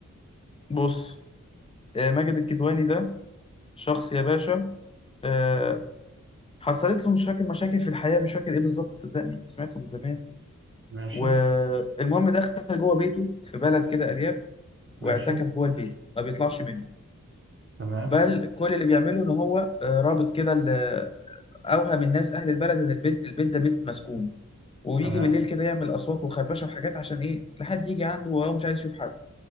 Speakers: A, on the left (about 20°); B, on the right (about 45°).
A: بص آه، ماجد الكدواني ده شخص يا باشا آه، حصلت له مش فاكر مشاكل في الحياة مش فاكر ايه بالظبط صدقني سمعته من زمان
B: ماشي
A: والمهم دخل جوه بيته في بلد كده أرياف
B: ماشي
A: واعتكف جوه البيت ما بيطلعش منه
B: تمام
A: بل كل اللي بيعمله ان هو آه، رابط كده ال- اوهم الناس اهل البلد ان البيت البيت ده بيت مسكون وبيجي
B: تمام
A: بالليل كده يعمل اصوات وخربشه وحاجات عشان ايه لحد يجي عنده وهو مش عايز يشوف حد